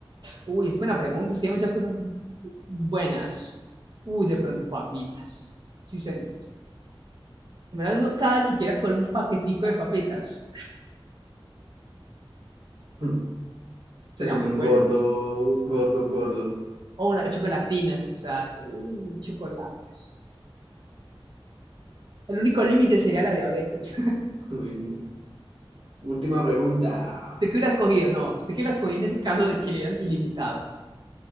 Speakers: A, on the right (about 50°); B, on the right (about 70°).
A: Uy, es buena pregunta, es que hay muchas cosas buenas. Uy, de pronto papitas. Sí, señor. Primero uno cada que quiera con un paquetico de papitas.
B: <laughs> Este
A: Sería
B: Es un
A: muy bueno.
B: gordo, gordo, gordo.
A: O una chocolatinas, quizás. Uy, chocolates. El único límite sería la diabetes.
B: Uy, última pregunta.
A: <laughs> ¿Usted qué hubiera escogido? No, usted qué hubiera escogido en ese caso de que le dieran ilimitado.